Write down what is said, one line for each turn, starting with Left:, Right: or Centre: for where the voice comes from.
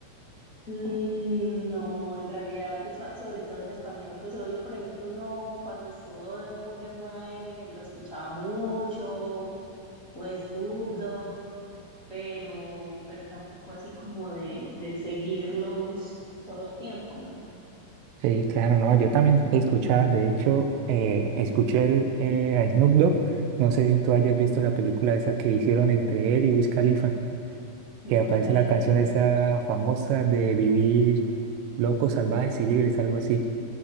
Left: Mm, No, en realidad, pues fa- sobre todo en español, pues obvio, por ejemplo, uno cuando estuvo de- muy de moda Eminem lo escuchaba mucho, pues Dubdo pero, pero tampoco así como de, de seguirlos todo el tiempo, no,
Right: Sí, claro, no, yo también escuchaba, de hecho, eh, escuché el, eh, a Snoop Dogg, no sé si tú hayas visto la película esa que hicieron entre él y Wiz Khalifa,
Left: no,
Right: que aparece
Left: no la
Right: la
Left: vi.
Right: canción esa famosa de vivir locos, salvajes y libres, algo así.